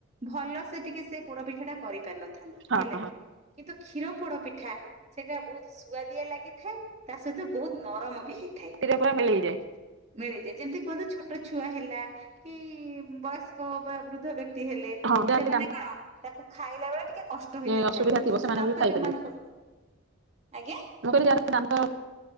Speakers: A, on the right; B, on the right.
A: ଭଲ ସେ ଟିକେ ସେ ପୋଡ଼ପିଠା ଟା କରିପାରନ ହେଲା
B: ହଁ
A: କି
B: ହଁ
A: କିନ୍ତୁ କ୍ଷୀର ପୋଡ ପିଠା ସେଇଟା ବହୁତ ସୁଆଦିଆ ଲାଗିଥାଏ। ତା ସହିତ ବହୁତ ନରମ ବି ହେଇଥାଏ
B: ପାଟିରେ ପୁରା ମିଳେଇଯାଏ
A: ମିଳିଯାଇ ଯେମିତି କୁହନ୍ତୁ ଛୋଟ ଛୁଆ ହେଲା କି ବୟସ୍କ ବା ବୃଦ୍ଧ ବ୍ୟକ୍ତି ହେଲେ
B: ହଁ ଯାହାର
A: ସେମାନେ
B: ବି
A: କଣ ତାକୁ ଖାଇଲା ବେଳେ ଟିକେ କଷ୍ଟ ହେଇନଥାଏ
B: ଯେ ଅସୁବିଧା ଥିବ ସେମାନେ
A: ଦାନ୍ତ
B: ବି ଖାଇପାରିବେ
A: ଯୋଉମାନଙ୍କର ଆଜ୍ଞା
B: ମୁଣ କରିବି ଯାହାର ଦାନ୍ତ